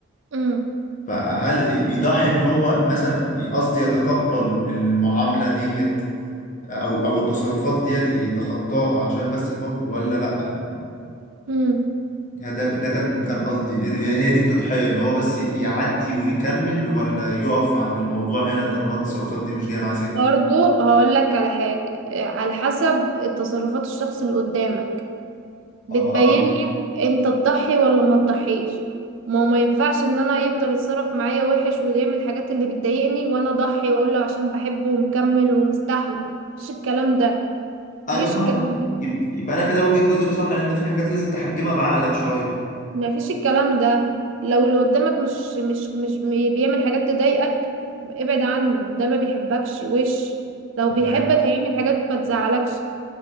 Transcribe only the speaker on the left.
فهل يضحي ان هو مثلا قصدي يتقبل المعاملة ديت او او التصرفات ديت يتخطاها عشان بس الحب ولا لا
يعني ده ده كان كان قصدي هي هي دي التضحية ان هو بس يعدي ويكمل ولا يقف عند الموضوع هنا طالما التصرفات دي مش جاية معاه سكة
اه
ايوه
صح
يب- يبقى انا كده وجهة نظري صح ان انت في حاجات لازم تحكمها بعقلك شوية
ايوه